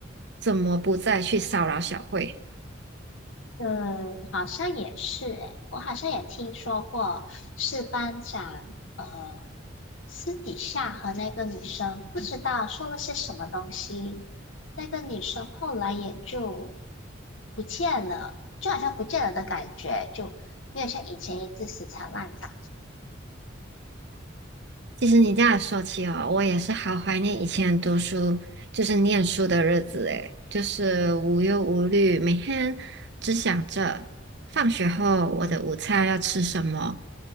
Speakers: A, on the right; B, on the left.
A: 怎么不再去骚扰小慧。
B: 嗯，好像也是诶，我好像也听说过，是班长呃私底下和那个女生不知道说了些什么东西，那个女生后来也就不见了，就好像不见了的感觉，就没有像以前一直死缠烂打。
A: 其实你这样说起哦，我也是好怀念以前读书，就是念书的日子诶，就是无忧无虑，每天只想着放学后我的午餐要吃什么，